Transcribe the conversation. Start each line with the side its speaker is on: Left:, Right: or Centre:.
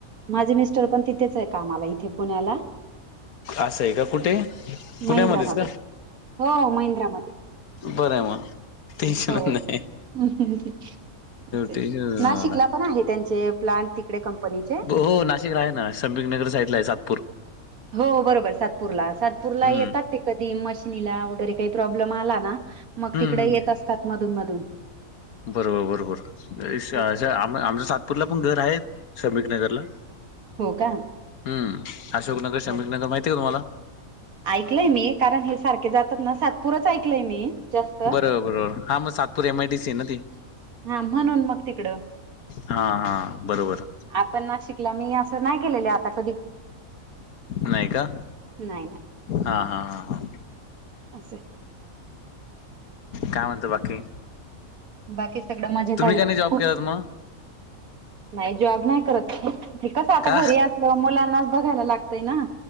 Right: माझे मिस्टर पण तिथेच आहे कामाला इथे पुण्याला.
Left: असं आहे का, कुठे पुण्यामध्येच
Right: महिंद्रामध्ये
Left: का.
Right: हो महिंद्रामध्ये.
Left: बरंय मग. टेन्शन
Right: हो.
Left: नाही
Right: <unintelligible> असय,
Left: टेन्शन
Right: नाशिकला पण आहे त्याचे प्लॅन तिकडे कंपनीचे.
Left: हो नाशिकला आहे ना, श्रमिक नगर साईडला आहे सातपूर.
Right: हो बरोबर सातपूरला, सातपूरला
Left: हम्म
Right: येतात ते कधी मशिनीला वगैरे काही प्रॉब्लेम आला ना. मग
Left: हम्म
Right: तिकडे
Left: हम्म
Right: येत असतात, मधून मधून.
Left: बरोबर बरोबर ते आमच्या.
Right: असे
Left: सातपूरला पण घर आहे, शमिक नगरला.
Right: हो का.
Left: हम्म अशोकनगर, श्रमिक
Right: हो.
Left: नगर माहिती आहे का तुम्हाला.
Right: ऐकलंय मी कारण हे सारखे जातात ना, सातपुरच ऐकलंय मी. जास्त
Left: बरोबर बरोबर, हा मग सातपूर एमआयडीसी आहे ना ती.
Right: हा म्हणून मग तिकडं,
Left: हा हा बरोबर
Right: आपण नाशिक ला असं नाही गेलेले कधी.
Left: नाही का,
Right: नाही नाही
Left: हा हा हा हा.
Right: <inaudible>
Left: काय म्हणता बाकी.
Right: बाकी सगड मजेत
Left: तुम्ही
Right: आहे
Left: का नाही जॉब
Right: खूप.
Left: केलात मग
Right: नाही जॉब नाही करत मी. ते कस आता
Left: का
Right: घरी असल्यावर मुलांनाच बघायला लागतय ना.